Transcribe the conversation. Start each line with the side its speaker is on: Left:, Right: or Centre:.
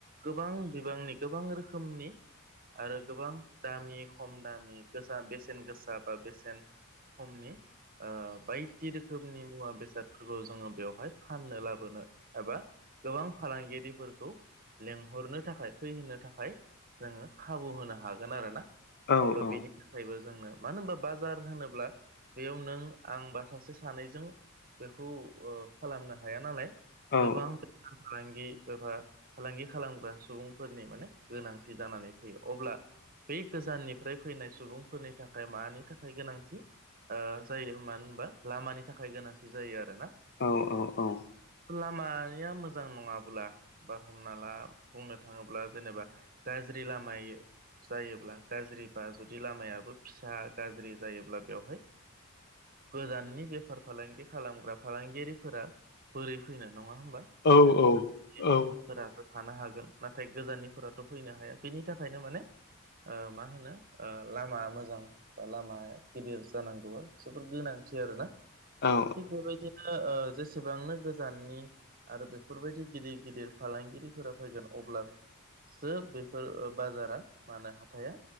Right: गोबां बिबांनि गोबां रोखोमनि आरो गोबां दामि खम दामि गोसा बेसेन गोसा बा बेसेन खमनि ओ बायदि रोखोमनि मुवा बेसाद फोरखौ जोङो बेवहाय फाननो लाबोनो एबा गोबां फालांगिरिफोरखौ लेंहरनो थाखाय फैहोनो थाखाय जोङो खाबु होनो हागोन आरोना।
Left: औ
Right: अब्ला
Left: औ
Right: बेनि थाखायबो जोंनो मानो होनबा बाजार होनोब्ला बेयाव नों आं बा सासे सानैजों बेखौ खालामनो हाया नालाय
Left: औ
Right: गोबां बे फालांगि एबा फालांगि खालामग्रा सुबुंफोरनि माने गोनांथि जानानै फैयो अब्ला बे गोजाननिफ्राय फैनाय सुबुंफोरनि थाखाय मानि थाखाय गोनांथि ओ जायो मानो होनबा लामानि थाखाय गोनांथि जायो आरोना।
Left: औ औ औ
Right: लामाया मोजां नङाब्ला बा हमना ला बुंनो थाङोब्ला जेनेबा गाज्रि लामाय जायोब्ला गाज्रि बाज जुदि लामायाबो फिसा गाज्रि जायोब्ला बेवहाय गोजाननि बेफार फालांगि खालामग्रा फालांगियारिफोरा बोरै फैनो नङा होमबा? बा
Left: औ
Right: खाथि
Left: औ औ।
Right: फोरासो थानो हागोन। नाथाय गोजाननिफोराथ' फैनो हाया, बेनि थाखायनो माने ओ मा होनो ओ लामा मोजां बा लामा गिदिर जानांगौआ जोबोर गोनांथि आरो ना।
Left: औ
Right: थिग बेबायदिनो ओ जेसेबांनो गोजाननि आरो बेफोरबायदि गिदिर गिदिर फालांगिरिफोरा फैगोन अब्ला सो बेफोर बाजारा मा होनो हाथाइया